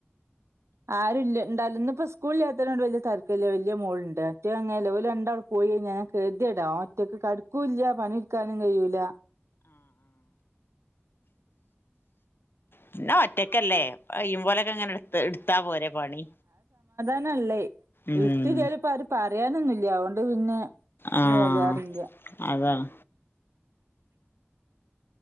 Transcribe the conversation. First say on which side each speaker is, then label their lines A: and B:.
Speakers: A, on the right (about 85°); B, on the left (about 55°).
A: <inaudible> ആരും ഇല്ല ഇണ്ട ഇപ്പോ സ്കൂളിൽ ല്ലത്തണ്ട് വലിയ തർക്ക ഇില്ല വല്യ മോളണ്ട് മറ്റ അങ്ങനെ ല്ല ലവല രണ്ടാൾ പോയി പിന്നെ ഗതികേടാ ഒറ്റക്ക് കടുക്കൂല്ല. പണിടുക്കാനും കഴിയൂല.
B: പിന്ന ഒറ്റക്കല്ലേ പയ്യും പോലൊക്കെ അങ്ങന എടുത്താ പോരെ പണി.
A: ന്നല്ലേ
B: ഉം
A: ഇട്ത്തിലേല് ചിലപ്പോ അവര് പറയാനൊന്നുല്ല. അതൊണ്ട് പിന്നെ
B: ആഹ്
A: ബേജാറില്ല
B: അതാണ്.